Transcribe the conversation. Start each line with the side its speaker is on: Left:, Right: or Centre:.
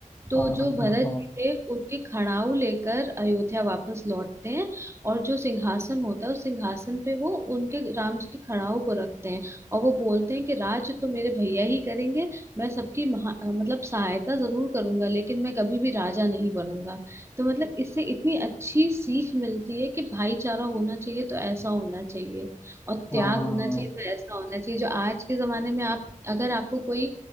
Right: तो
Left: हाँ
Right: जो
Left: हाँ
Right: भरत
Left: हाँ हाँ
Right: जी थे उनके खड़ाऊ लेकर अयोध्या वापस लौटते हैं और जो सिंहासन होता है उस सिंहासन पे वो उनके राम जी के खड़ाऊ को रखते हैं और वो बोलते हैं कि राज तो मेरे भैया ही करेंगे मैं सबकी महा मतलब सहायता जरूर करूंगा लेकिन मैं कभी भी राजा नहीं बनूंगा तो मतलब इससे इतनी अच्छी सीख मिलती है कि भाईचारा होना चाहिए तो ऐसा होना चाहिए और
Left: हाँ
Right: त्याग होना चाहिए तो ऐसा होना चाहिए जो आज के जमाने में आप अगर आपको कोई